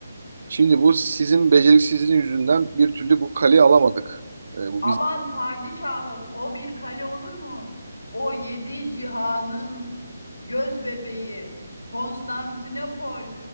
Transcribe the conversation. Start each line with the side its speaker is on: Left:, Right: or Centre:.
Right: Şimdi bu sizin beceriksizliğin yüzünden bir türlü bu kaleyi alamadık. E, bu
Left: Aman
Right: biz
Left: padişahım o bir kale olur mu? O yedi cihanın göz bebeği Konstantinopol,